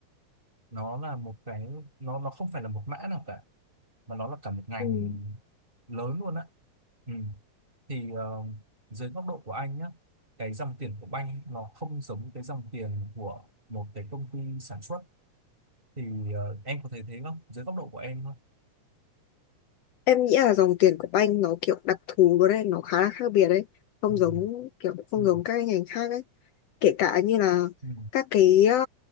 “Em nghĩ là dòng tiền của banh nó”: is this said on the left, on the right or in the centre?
Left